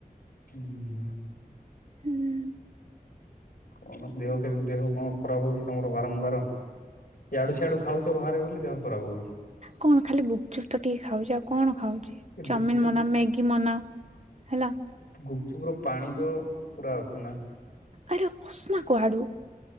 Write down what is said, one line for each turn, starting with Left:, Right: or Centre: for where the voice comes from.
Left: ହୁଁ
Right: ହୁଁ
Left: କଣ ଦେହ କେମିତି ଦେହ କଣ ଖରାପ ହଉଛି ତମର ବାରମ୍ବାର? ଏଆଡୁ ସିଆଡୁ ଖାଉଛ ବାହାରେ ବୋଲି ଦେହ ଖରାପ ହଉଛି।
Right: କଣ ଖାଲି ଗୁପଚୁପ ତ ଟିକେ ଖାଉଛି ଆଉ କଣ ଖାଉଛି।
Left: ସେ
Right: ଚାଉମିିନ
Left: ଗୁପଚୁପ୍
Right: ମନା ମ୍ୟାଗି ମନା ହେଲା।
Left: ଗୁପଚୁପ ର ପାଣି ତ ପୁରା ଅସନା
Right: ଆରେ ଅସନା କୁଆଡୁ